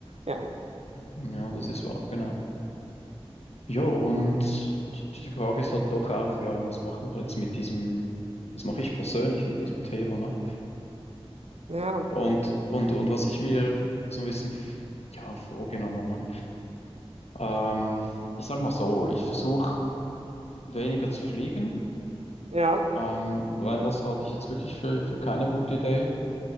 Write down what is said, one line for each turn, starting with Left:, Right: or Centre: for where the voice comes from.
Right: Ja,
Left: Ja, das ist wahr, genau. Jo, und die, die Frage ist halt doch auch, ja, was machen wir jetzt mit diesem, was mache ich persönlich mit diesem Thema, ne?
Right: ja,
Left: Und, und, und was ich mir so ein bisschen, ja, vorgenommen, ne? Ähm, ich sag mal so, ich versuche weniger zu fliegen,
Right: ja.
Left: ähm, weil das halte ich jetzt wirklich für, für keine gute Idee.